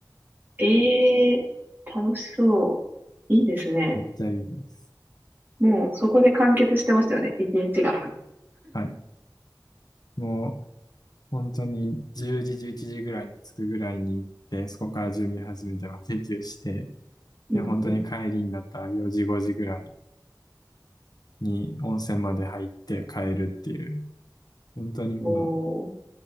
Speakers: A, on the right; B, on the left.
A: ええ、楽しそう。いいですね。
B: めっちゃいいです。
A: もう、そこで完結してますよね、一日が。
B: はい。もう本当に10時、11時ぐらいに着くぐらいに行って、そこから準備始めてバーベキューして、
A: うんうん。
B: で、本当に帰りになった4時、5時ぐらいに温泉まで入って帰るっていう、本当にもう
A: おお。